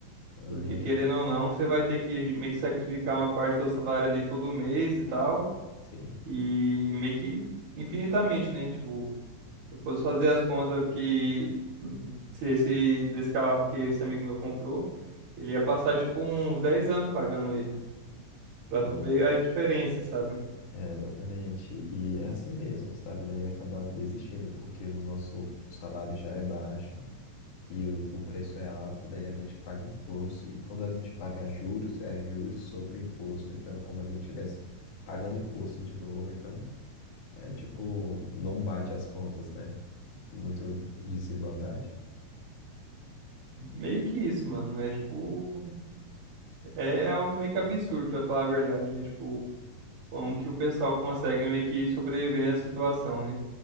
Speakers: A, on the left; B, on the right.
A: Aham,
B: Porque querendo ou não, você vai ter que meio que sacrificar uma parte do seu salário ali todo mês e tal,
A: sim.
B: e meio que infinitamente, né? Tipo, eu posso fazer as contas que hum, se esse desse carro que esse amigo meu comprou, ele ia passar tipo uns 10 anos pagando ele, pra
A: Não,
B: tu ver a diferença, sabe?
A: É, exatamente. E é assim mesmo, sabe? Daí acabar desistindo, porque o nosso salário já é baixo e o, o preço é alto, daí a gente paga imposto. E quando a gente paga juros, é juros sobre o imposto. Então, é como a gente estivesse pagando imposto de novo. Então, é tipo, não bate as contas, né? Muita desigualdade.
B: Meio que isso, mano. É tipo É algo meio que absurdo, pra falar a verdade, né? Tipo, como que o pessoal consegue meio que sobreviver nessa situação, né?